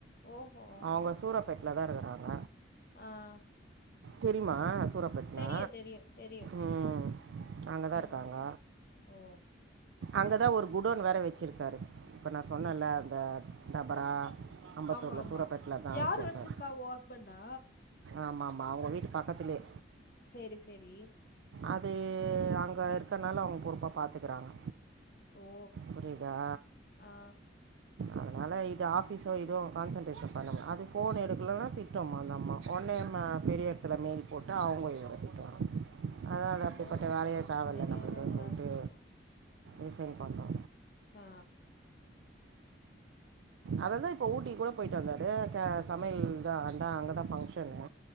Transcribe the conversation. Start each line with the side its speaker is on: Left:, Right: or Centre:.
Left: ஓஹோ
Right: அவுங்க சூரப்பேட்ல தா இருக்குறாங்க
Left: ஆ
Right: தெரியுமா சூரப் பேட்லா
Left: தெரியு தெரியு தெரியு
Right: ம் அங்கதா
Left: ம்
Right: இருக்காங்க
Left: ஓ
Right: அங்கதா ஒரு குடோன் வேற வச்சிருக்காரு இப்ப நா சொன்னேன்ல அந்த டபரா அம்பத்தூர்ல
Left: ஆமா ஆமா
Right: சூரப்பேட்லதா
Left: யாரு
Right: வச்சிருக்காரு
Left: வச்சிருக்கா ஓ ஹஸ்பண்டா
Right: ஆமா ஆமா அவுங்க வீட்டு பக்கத்துலயே
Left: சேரி செரி
Right: அது அங்க இருக்கனால அவுங்க பொறுப்பா பாத்துக்குறாங்க
Left: ஓ
Right: புரியுதா
Left: ஆ
Right: அதனால இது ஆஃபீஸோ இதுவு கான்சன்ட்ரேஷன் பண்ண முடில அது ஃபோன் எடுக்கலனா திட்டும்மா அந்த அம்மா ஒடனேம்மா பெரிய எடத்துல மெயில் போட்டு அவுங்க இவர திட் அதா அதா
Left: ஓ
Right: அப்டிப்பட்ட வேலயே தேவ
Left: சரியானவங்களா
Right: இல்ல நம்மளுக்குன் சொல்லிட்டு
Left: இருப்பாங்க போல
Right: ரிசைன் பண்றோ
Left: ஆ
Right: அததா இப்ப ஊட்டிக் கூட போயிட்டு வந்தாரு கே சமையல் தா அதா அங்கதா பங்க்ஷனு